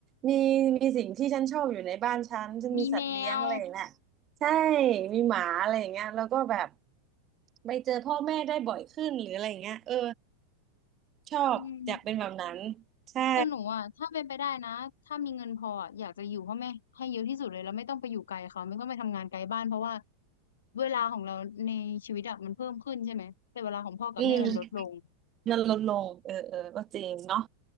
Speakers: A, on the right; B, on the left.
A: มีมีสิ่งที่ฉันชอบอยู่ในบ้านฉันฉันมีสัตว์เลี้ยงอะไรอย่างเงี้ย
B: มีแมว
A: ใช่ มีหมาอะไรอย่างเงี้ยแล้วก็แบบไปเจอพ่อแม่ได้บ่อยขึ้นหรืออะไรอย่างเงี้ยเออ ชอบอยากเป็นแบบนั้น
B: อืม
A: ใช่
B: ก็หนูอ่ะถ้าเป็นไปได้นะถ้ามีเงินพออะอยากจะอยู่พ่อแม่ให้เยอะที่สุดเลยแล้วไม่ต้องไปอยู่ไกลเขาไม่ต้องไปทำงานไกลบ้านเพราะว่าเวลาของเราในชีวิตอะมันเพิ่มขึ้นใช่ไหมแต่เวลาของพ่อกับแม่มันลดลง
A: อืมมันลดลง เออเออก็จริงเนาะ